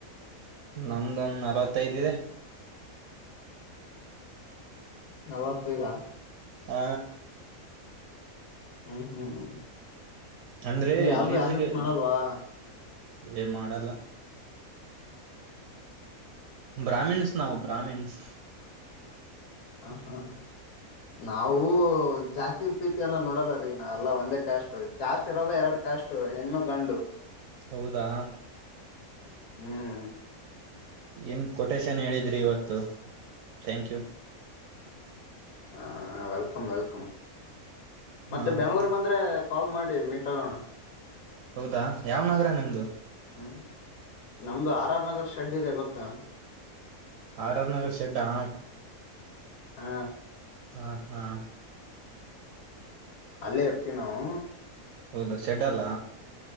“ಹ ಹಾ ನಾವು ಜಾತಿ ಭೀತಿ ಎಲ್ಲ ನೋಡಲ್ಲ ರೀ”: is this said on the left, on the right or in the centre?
Left